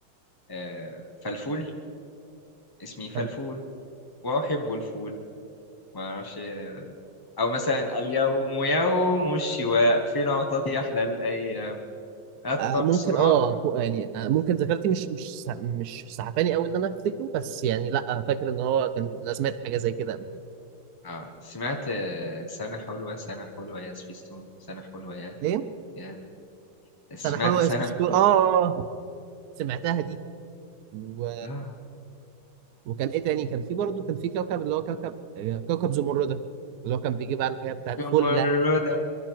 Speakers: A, on the left; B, on the right.
A: آه، فلفول اسمي فلفول
B: بتعملها
A: وأحب الفول ما أعرفش إيه. أو مثلا اليوم يوم الشواء في العطلة أحلى الأيام التقصيرات
B: آه، ممكن اه هو يعني آه، ممكن ذاكرتي مش مش سع- مش سعباني قوي ان انا افتكره بس يعني لا فاكر ان هو كان انا سمعت حاجه زي كده قبل كده
A: آه سمعت آه، سنة حلوة سنة حلوة يا سبيستون سنة حلوة يا
B: ايه
A: يا سمعت
B: سنه حلوه
A: سنة
B: يا سبيستون
A: حلوة
B: اه آه، آه، سمعتها دي و...
A: آه
B: وكان ايه تاني كان في برضه كان في كوكب اللي هو كوكب آه، كوكب زمردة اللي هو كان بيجيب على الحاجات بتاعت
A: زمردة
B: فله